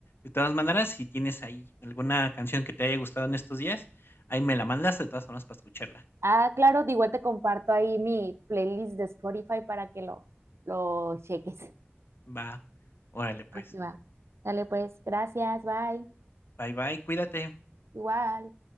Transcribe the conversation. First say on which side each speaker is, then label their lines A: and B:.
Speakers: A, on the left (about 60°); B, on the right (about 80°).
A: De todas maneras, si tienes ahí alguna canción que te haya gustado en estos días, ahí me la mandas de todas formas para escucharla.
B: Ah, claro, de igual te comparto ahí mi playlist de Spotify para que lo, lo cheques.
A: Va. Órale, pues.
B: Ok, va. Dale pues, gracias, bye.
A: Bye, bye, cuídate.
B: Igual.